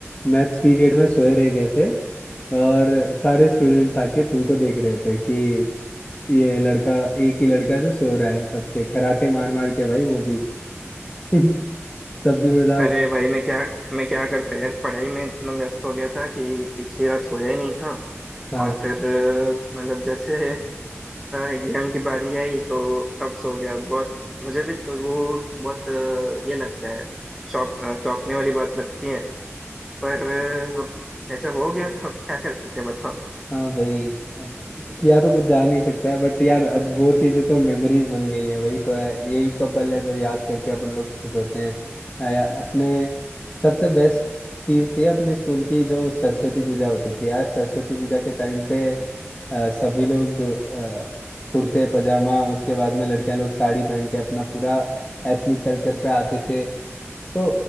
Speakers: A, on the left; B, in the centre.
A: मैथ्स पीरियड में सोए रह गए थे और सारे स्टूडेंट्स आके तुमको देख रहे थे कि ये लड़का एक ही लड़का जो सो रहा है कब से खराटे मार मार के भाई वो भी <laughs> तब भी मजाक
B: अरे भाई मैं क्या मैं क्या करता यार पढ़ाई में इतना व्यस्त हो गया था कि पिछली रात सोया ही नहीं था
A: हाँ
B: और फिर अ, मतलब जैसे एग्जाम की बारी आई तो तब सो गया बहुत मुझे भी वो बहुत अ, ये लगता है शौक अ, चौंकने वाली बात लगती है पर अब ऐसा हो गया तो अब क्या कर सकते हैं बताओ
A: हाँ भाई अब किया तो कुछ जा नहीं सकता है बट यार अब वो चीजें तो मेमोरीज बन गई हैं वही तो है यही तो पल है जो याद करके अपन लोग खुश होते हैं आ, या, अपने सबसे बेस्ट चीज थी अपने स्कूल की जो सरस्वती पूजा होती थी यार सरस्वती पूजा के टाइम पे आ, सभी लोग आ, कुर्ते पजामा उसके बाद में लड़कियां लोग साड़ी पहन के अपना पूरा एथनिक कल्चर पे आते थे तो